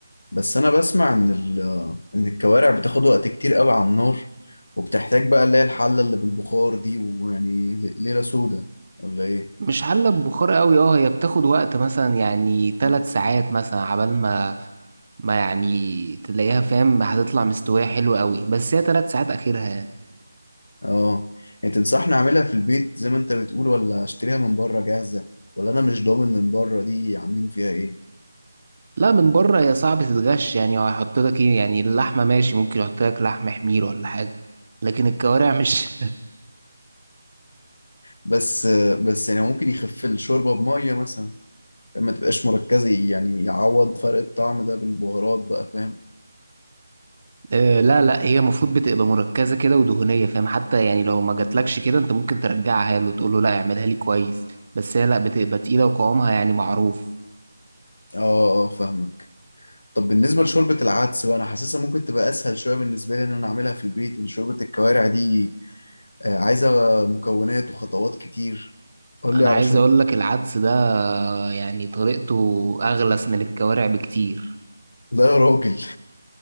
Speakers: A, on the left (about 50°); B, on the right (about 40°).
A: بس انا بسمع ان ال ان الكوارع بتاخد وقت كتير قوي على النار وبتحتاج بقى اللي هي الحلة اللي بالبخار دي ويعني ل- ليلة سودة ولا ايه
B: مش حلة ببخار قوي اه هي بتاخد وقت مثلا يعني ثلاث ساعات مثلا عبال ما ما يعني تلاقيها فاهم هتطلع مستوية حلوة قوي بس هي تلات ساعات آخرها يعني
A: اه يعني تنصحني اعملها في البيت زي ما انت بتقول ولا اشتريها من بره جاهزة ولا انا مش ضامن من بره دي عاملين فيها ايه
B: لا من بره هي صعب تتغش يعني هو هيحط لك ايه يعني اللحمة ماشي ممكن يحط لك لحم حمير ولا حاجة لكن الكوارع مش
A: بس بس يعني ممكن يخف الشوربة بمية مثلا ما تبقاش مركزة يعني يعوض فرق الطعم ده بالبهارات بقى فاهم
B: <laughs> آه لا لا هي المفروض بتبقى مركزة كده ودهنية فاهم حتى يعني لو ما جاتلكش كده انت ممكن ترجعها له وتقول له لا اعملها لي كويس بس هي لا بتبقى تقيلة وقوامها يعني معروف
A: اه اه فاهمك طب بالنسبة لشوربة العدس بقى أنا حاسسها ممكن تبقى أسهل شوية بالنسبة لي إن أنا أعملها في البيت إن شوربة الكوارع دي آه، عايزة مكونات وخطوات كتير قول
B: انا
A: لي على
B: عايز
A: شوربة
B: اقول لك العدس ده يعني طريقته اغلس من الكوارع بكتير
A: <laughs> لا يا راجل